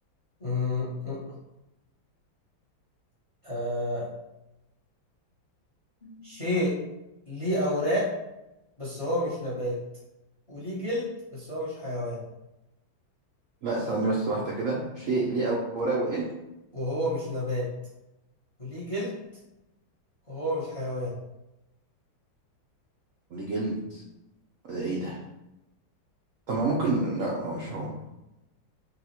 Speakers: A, on the left; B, on the right.
A: م- م- آه شيء ليه أوراق بس هو مش نبات وليه جلد بس هو مش حيوان
B: لا ثواني بس واحده كده شيء ليه اوراق وايه
A: وهو مش نبات وليه جلد وهو مش حيوان
B: ليه جلد ده ايه ده طب ما ممكن لا مش هو